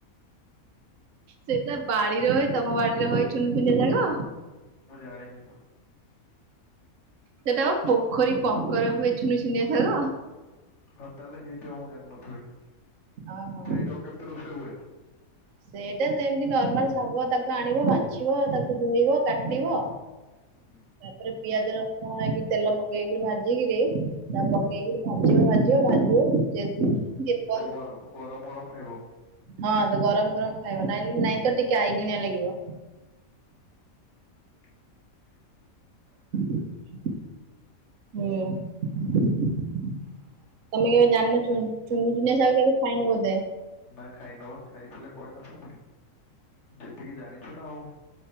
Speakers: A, on the right; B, on the left.
A: ସେଟ ବାଡିରେ ହଏ ତମ ବାଡିରେ ହଏ ଚୁନୁଚୁନିଆ ଶାଗ।
B: ମୁଁ ଜାଣ ନାଇ।
A: ସେତା ଅ ପୋଖରୀ ପଙ୍କର ହୁଏ ଛୁନୁ ଛୁନିଆ ସାଗ।
B: ହଉ ତାହେଲେ ହେଇଥିବଆଉ ମୁଁ ଜାଣିନଥିବି।
A: ଓହୋ।
B: ସେଇଟାକୁ କେମିତି ରୋଷେଇ ହୁଏ?
A: ସେଇଟା ସେ ସେମିତି ନର୍ମାଲ ଶାଗ ତାକୁ ଆଣିବ ବାଛିବ ତାକୁ ଧୋଇବ କାଟିବ।
B: ହୁଁ।
A: ତାରେ ପିଆଜ ରସୁଣ ହେଇକି ତେଲ ପକେଇକରି ଭାଜିକିରି ପକେଇକରି ଭାଜିବ ଭାଜିବ ଭାଜିବ। <inaudible>
B: ତ ଗର ଗରମ ଗରମ ଖାଇବ।
A: ହଁ ତ ଗରମ ଗରମ ଖାଇବ। ନାଇଁ ନାଇଁ ତ ଟିକେ ଆଇଗିଣିଆ ଲାଗିବ।
B: ହୁଁ ହୁଁ <unintelligible>
A: ଆଜ୍ଞା <inaudible> ହଁ। ତମେ କେବେ ଜାଣିନ ଚ ଚୁନୁଚୁନିଆ ଶାଗ ଆଉ କେବେ ଖାଇନ ବୋଧେ।
B: ନା ଖାଇ ନୁ ଖାଇଥିଲେ କହିନଥାନ୍ତି। ଯେତିକି ଜାଣିଛୁ ନା ଆଉ।